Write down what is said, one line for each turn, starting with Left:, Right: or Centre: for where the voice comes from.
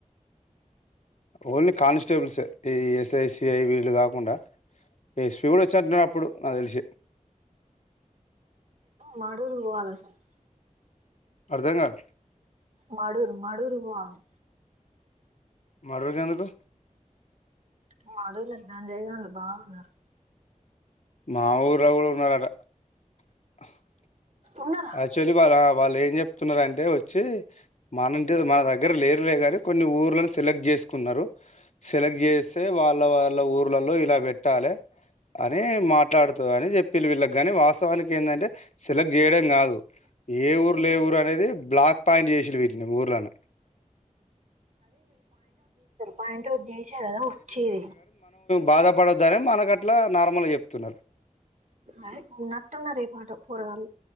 Left: ఓన్లీ కానిస్టేబుల్స్ ఈ ఎస్ఐసిఐ వీళ్ళు కాకుండా ఎస్పి వచ్చినట్టు అప్పుడు నాకు తెలిసి
Right: మాడూరు పోవాల సార్
Left: అర్ధం కల
Right: మాడుూరు మాడూరు పోవాలె
Left: మాడూర్ కి ఎందుకు
Right: మా అడవులకు చేయగలం బాగున్నారు
Left: మా ఊర్ల కూడా ఉన్నారట హక్కు
Right: ఉన్నారా
Left: అ యచలి బాలా వాా లే ఏ ఏం చెప్తున్నారంటే వచ్చి మనంటే మన దగ్గర లేరులే కాని కొన్ని ఊర్లను సెలెక్ట్ చేసుకున్నారు సెలెక్ట్ చేస్తే వాళ్ళ వాళ్ళ ఊర్లలో ఇలా పెట్టాలి అని మాట్లాడుతూ అని చెప్పి వీళ్ళకి కాని వాస్తవానికి ఏంటంటే సెలెక్ట్ చేయల కాదు ఏ ఊర్ లే ఊరు అనేది బ్లాక్ పాయింట్ చేసిడు వీటిని ఊర్లోనే
Right: పంటు చేన్వారు వచ్చింది
Left: బాధపడద్దని మనక అట్లా నార్మల్గా చెప్తున్నారు
Right: అదే నట్టం నరి పాటం పోరగాళ్ళ